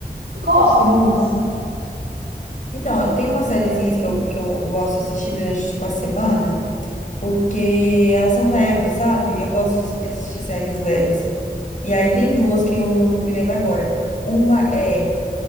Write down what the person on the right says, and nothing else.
Gosto de romance.